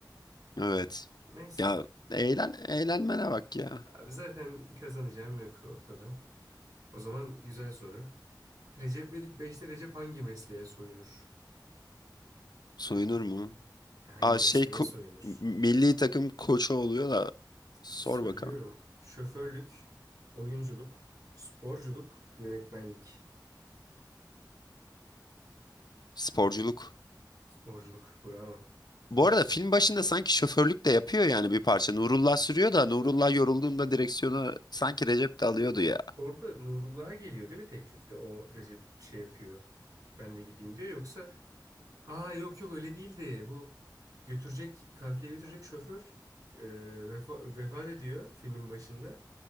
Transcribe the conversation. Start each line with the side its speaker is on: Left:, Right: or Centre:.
Left: Evet.
Right: Neyse.
Left: Ya eğlen, eğlenmene bak ya.
Right: Abi zaten kazanacağım yok ortada. O zaman güzel soru. Recep İvedik beşte Recep hangi mesleğe soyunur?
Left: Soyunur mu?
Right: E, Hangi
Left: Aa
Right: mesleğe
Left: şey ko-
Right: soyunur?
Left: milli takım koçu oluyor da sor
Right: Söylüyorum.
Left: bakalım.
Right: Şoförlük, oyunculuk, sporculuk, yönetmenlik.
Left: Sporculuk.
Right: Sporculuk, bravo.
Left: Bu
Right: Milli-
Left: arada film başında sanki şoförlük de yapıyor yani bir parça. Nurullah sürüyor da Nurullah yorulduğunda direksiyonu sanki Recep de alıyordu ya.
Right: Orada Nurullah'a geliyor değil mi teklifte? O Recep şey yapıyor. Ben de gideyim diyor. Yoksa aa yok yok öyle değildi. Bu götürecek, kafile götürecek şoför e, vefa, vefat ediyor filmin başında.